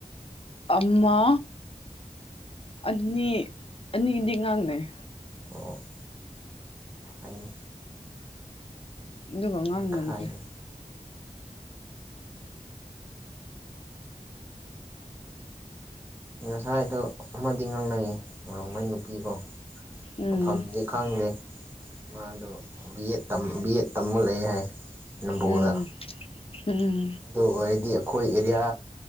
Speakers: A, on the left (about 45°); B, on the right (about 15°).
A: ꯑꯃ ꯑꯅꯤ ꯑꯅꯤꯗꯤ ꯉꯥꯡꯅꯩ
B: ꯑꯣ ꯐꯩꯅꯦ
A: ꯗꯨꯒ <unintelligible>
B: ꯉꯈꯥꯏꯗ ꯉꯁꯥꯏꯗꯣ ꯑꯃꯗꯤ ꯉꯥꯡꯅꯩꯌꯦ ꯔꯣꯡꯃꯩ ꯅꯨꯄꯤꯀꯣ
A: ꯎꯝ
B: ꯃꯐꯝꯗꯤ ꯈꯪꯗꯦ ꯃꯥꯗꯣ ꯕꯤ ꯑꯦꯠ ꯕꯤ ꯑꯦꯠ ꯇꯝꯃ ꯂꯩ ꯍꯥꯏ ꯅꯝꯕꯣꯜꯗ
A: ꯎꯝ ꯎꯝ
B: ꯑꯗꯨ ꯑꯣꯏꯔꯗꯤ ꯈꯣꯏ ꯑꯦꯔꯤꯌꯥ